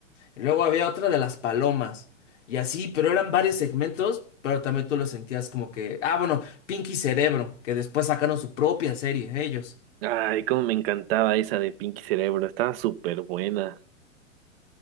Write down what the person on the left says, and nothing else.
Luego había otra de las palomas. Y así, pero eran varios segmentos, pero también tú lo sentías como que, ah, bueno, Pinky Cerebro, que después sacaron su propia serie, ellos.